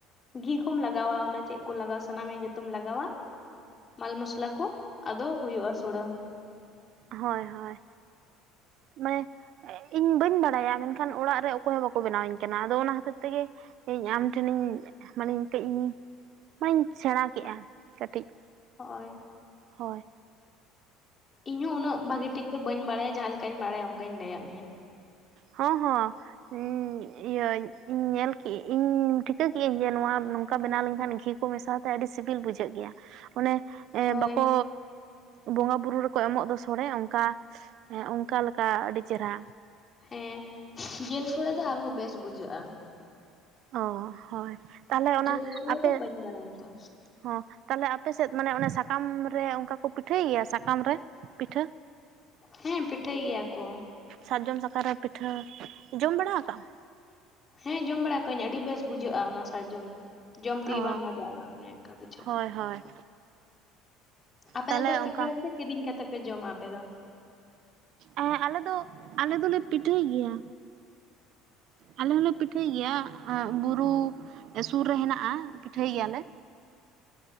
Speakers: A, on the left; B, on the right.
A: ᱜᱷᱤ ᱠᱚᱢ ᱞᱟᱜᱟᱣᱟ ᱚᱱᱟ ᱪᱮᱫ ᱠᱚ ᱞᱟᱜᱟᱣᱟ ᱥᱟᱱᱟᱢᱭᱟ ᱡᱚᱛᱚᱢ ᱞᱟᱜᱟᱣᱟᱼᱼ ᱢᱟᱞ ᱢᱚᱥᱞᱟ ᱠᱚ ᱟᱫᱚ ᱦᱩᱭᱩᱜᱼᱟ ᱥᱚᱲᱟ᱾
B: ᱦᱳᱭ, ᱦᱳᱭ, ᱢᱟᱱᱮ ᱤᱧ ᱵᱟᱹᱧ ᱵᱟᱲᱟᱭᱟ ᱢᱮᱱᱠᱷᱟᱱ ᱚᱲᱟᱜ ᱨᱮ ᱚᱠᱚᱭ ᱦᱚᱸ ᱵᱟᱠᱚ ᱵᱮᱱᱟᱣ ᱤᱧ ᱠᱟᱱᱟ ᱟᱫᱚ ᱚᱱᱟ ᱠᱷᱟᱹᱛᱤᱨ ᱛᱮᱜᱮᱼᱼ ᱤᱧ ᱟᱢ ᱴᱷᱮᱱᱤᱧ, ᱢᱟᱱᱮ ᱠᱟᱹᱡ ᱤᱧ ᱢᱟᱱᱮᱧ ᱥᱮᱬᱟ ᱠᱮᱜᱼᱟ ᱠᱟᱹᱴᱤᱡ᱾
A: ᱦᱳᱭ
B: ᱦᱳᱭ
A: ᱤᱧ ᱦᱚᱸ ᱩᱱᱟᱹᱜ ᱵᱷᱟᱜᱮ ᱴᱷᱤᱠ ᱫᱚᱼᱼ ᱵᱟᱹᱧ ᱵᱟᱲᱟᱭᱟ ᱡᱟᱦᱟᱸ ᱞᱮᱠᱟᱧ ᱵᱟᱲᱟᱭᱟ ᱚᱱᱠᱟᱧ ᱞᱟᱹᱭᱟᱫ ᱢᱮᱭᱟ᱾
B: ᱦᱚᱸ ᱦᱚᱸ ᱦᱚᱸ ᱤᱭᱟᱹ ᱤᱧ ᱧᱮᱞ ᱠᱤᱟᱧ ᱴᱷᱤᱠᱟᱹ ᱠᱤᱟᱧ ᱡᱮ ᱱᱚᱣᱟ ᱱᱚᱝᱠᱟ ᱵᱮᱱᱟᱣ ᱞᱮᱱᱠᱷᱟᱱ ᱜᱷᱤᱼᱼ ᱢᱮᱥᱟ ᱟᱛᱮ ᱟᱹᱰᱤ ᱥᱤᱵᱤᱞ ᱵᱩᱡᱷᱟᱹᱜ ᱜᱮᱭᱟ ᱚᱱᱮ
A: ᱦᱳᱭ
B: ᱵᱟᱠᱚᱼᱼ ᱵᱚᱸᱜᱟ ᱵᱩᱨᱩ ᱨᱮᱠᱚ ᱮᱢᱚᱜ ᱫᱚ ᱥᱚᱲᱮ ᱚᱱᱠᱟ ᱚᱱᱠᱟ ᱞᱮᱠᱟ ᱟᱹᱰᱤ ᱪᱮᱨᱦᱨᱟ,
A: ᱦᱮᱸ ᱡᱮᱞ ᱥᱳᱚᱲᱮ ᱫᱚ ᱟᱨᱦᱚᱸ ᱵᱮᱥ ᱵᱩᱡᱷᱟᱹᱜᱼᱟ᱾
B: ᱚ ᱦᱳᱭ ᱛᱟᱦᱞᱮ ᱚᱱᱟ
A: ᱡᱤᱞ ᱥᱚᱲᱮ
B: ᱟᱯᱮᱼᱼ
A: ᱫᱚ ᱵᱟᱹᱧ ᱵᱟᱲᱟᱭᱟ ᱤᱧ ᱫᱚ
B: ᱦᱚᱸ ᱛᱟᱦᱞᱮ ᱟᱯᱮᱥᱮᱫ ᱢᱟᱱᱮ ᱚᱱᱮ ᱥᱟᱠᱟᱢ ᱨᱮ ᱚᱱᱠᱟ ᱠᱚ ᱯᱤᱴᱷᱟᱹᱭ ᱜᱮᱭᱟ ᱥᱟᱠᱟᱢ ᱨᱮ ᱯᱤᱴᱷᱟᱹ?
A: ᱦᱮᱸ ᱯᱤᱴᱷᱟᱹᱭ ᱜᱮᱭᱟ ᱠᱚᱼᱼ
B: ᱥᱟᱨᱡᱚᱢ ᱥᱟᱠᱟᱢ ᱨᱮ ᱯᱤᱴᱷᱟᱹ ᱡᱚᱢ ᱵᱟᱲᱟ ᱠᱟᱜᱼᱟᱢ?
A: ᱦᱮᱸ ᱡᱚᱢ ᱵᱟᱲᱟ ᱠᱚᱟᱜ ᱟᱹᱧ ᱟᱹᱰᱤ ᱵᱮᱥ ᱵᱩᱡᱷᱟᱹᱜᱼᱟ ᱚᱱᱟ ᱥᱟᱨᱡᱚᱢ ᱦᱚᱸ ᱡᱚᱢ ᱛᱮᱜᱮ
B: ᱟᱢ ᱚ
A: ᱵᱟᱢ ᱵᱷᱟᱜᱟᱜᱼᱟ ᱚᱱᱮ ᱚᱱᱠᱟ ᱵᱩᱡᱷᱟᱹᱜᱼᱟ᱾
B: ᱦᱳᱭ ᱦᱳᱭ᱾
A: ᱟᱯᱮ
B: ᱛᱟᱦᱚᱞᱮ
A: ᱫᱚᱯᱮ ᱯᱤᱴᱷᱟᱹᱭᱟᱥᱮ
B: ᱚᱱᱠᱟ
A: ᱠᱤᱨᱤᱧ ᱠᱟᱛᱮ ᱯᱮ ᱡᱚᱢᱟ ᱟᱯᱮ ᱫᱚ?
B: ᱟ ᱟᱞᱮ ᱫᱚ ᱟᱞᱮ ᱫᱚᱞᱮ ᱯᱤᱴᱷᱟᱹᱭ ᱜᱮᱭᱟᱼᱼ ᱟᱞᱮ ᱦᱚᱸᱞᱮ ᱯᱤᱴᱷᱟᱹᱭ ᱜᱮᱭᱟ ᱵᱩᱨᱩ ᱥᱩᱨ ᱨᱮ ᱦᱮᱱᱟᱜᱼᱟ ᱯᱤᱴᱷᱟᱹᱭ ᱜᱮᱭᱟᱞᱮ,